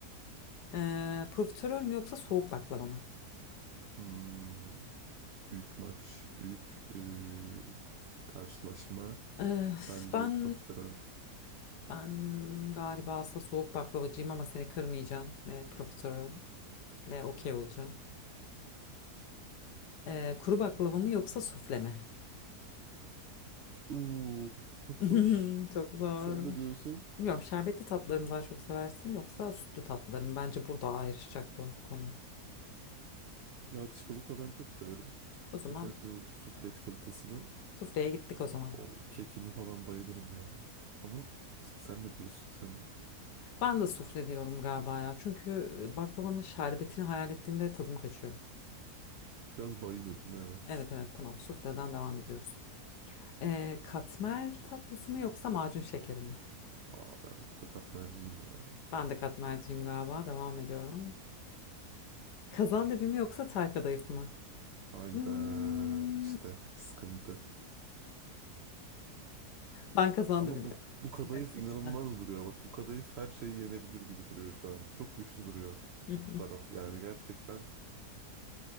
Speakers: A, on the left; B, on the right.
A: Eh, profiterol mü yoksa soğuk baklava mı?
B: Hmm, büyük maç, büyük eee, karşılaşma.
A: Eh,
B: Bence
A: ben
B: profiterol.
A: ben galiba aslında soğuk baklavacıyım ama seni kırmayacağım ve profiterol. Ne okey olacağım. Ee, kuru baklava mı yoksa sufle mi?
B: Oo, çok
A: <laughs>
B: zor.
A: Çok zor.
B: Sen ne diyorsun?
A: Bilmiyorum şerbetli tatlarımı daha çok seversin yoksa sütlü tatlarım. Bence burada ayrışacak bu konu.
B: Ya çikolata ben çok severim.
A: O zaman
B: Özellikle o sufle çikolatasını,
A: sufleye gittik o zaman.
B: o kekini falan bayılırım yani. Ama bir tık- sen ne diyorsun? Sen
A: Ben de sufle diyorum galiba ya. Çünkü e, baklavanın şerbetini hayal ettiğimde tadım kaçıyor.
B: biraz bayıyordun evet.
A: Evet evet tamam sufleden devam ediyoruz. Ee, katmer tatlısı mı yoksa macun şekeri mi?
B: Aa ben burada katmerciyim ya.
A: Ben de katmerciyim galiba devam ediyorum. Kazandibi mi yoksa tel kadayıf mı?
B: Hayda
A: Hmm,
B: işte sıkıntı.
A: Ben kazandı
B: Ama
A: biliyorum.
B: bu bu kadayıf
A: Evet, şekilde.
B: inanılmaz duruyor. Bak bu kadayıf her şeyi yenebilir gibi duruyor şu anda. Çok güçlü duruyor
A: <laughs>
B: bu taraf. Yani gerçekten